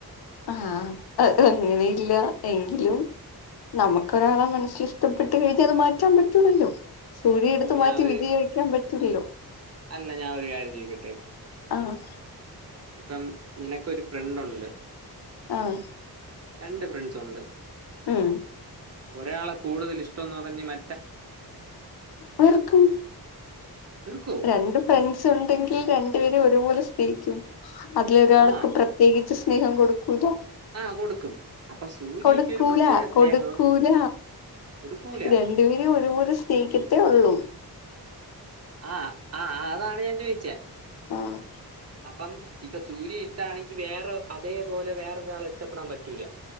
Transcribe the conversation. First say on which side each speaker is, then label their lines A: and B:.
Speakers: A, on the left (about 70°); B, on the right (about 40°).
A: ആഹ് അങ്ങനെയില്ല എങ്കിലും നമുക്കൊരാളെ മനസ്സിൽ ഇഷ്ടപ്പെട്ട് കഴിഞ്ഞാൽ അത് മാറ്റാൻ പറ്റൂല്ലല്ലോ. സൂര്യയെ
B: അപ്പം
A: എടുത്തു
B: ഞാൻ
A: മാറ്റി
B: ഒരു
A: വിജയിയെ വെക്കാൻ പറ്റുലല്ലോ.
B: അല്ല ഞാൻ ഒരു കാര്യം ചോയിക്കട്ടെ.
A: ആഹ്.
B: ഇപ്പം നിനക്കൊരു ഫ്രണ്ടുണ്ട്.
A: ആഹ്.
B: രണ്ട് ഫ്രണ്ട്സ് ഉണ്ട്.
A: ഉം
B: ഒരാളെ കൂടുതൽ ഇഷ്ടം എന്ന് പറഞ്ഞ് മ
A: വെർക്കും
B: വെറുക്കോ
A: രണ്ടും ഫ്രണ്ട്സ് ഒണ്ടെങ്കിൽ രണ്ടു പേരും ഒരു പോലെ സ്നേഹിക്കും അതില് ഒരാൾക്ക്
B: ആ.
A: പ്ര പ്രത്യേകിച്ച് സ്നേഹം കൊടുക്കൂല.
B: ആഹ് കൊടുക്കും. അപ്പൊ സൂര്യയ്ക്ക്
A: കൊടുക്കൂല
B: ഒരു പ്രത്യേക സ്നേഹവും
A: കൊടുക്കൂല
B: കൊടുക്കൂല.
A: രണ്ടുപേരും ഒരുപോലെ സ്നേഹിക്കത്തേ ഉള്ളൂ.
B: ആഹ് ആഹ് അതാണ് ഞാൻ ചോദിച്ചേ
A: ആഹ്
B: അപ്പം ഇപ്പോ സൂര്യയെ ഇഷ്ടാണെങ്കി വേറെ അതേപോലെ വേറൊരാളെ ഇഷ്ടപ്പെടാൻ പറ്റൂല.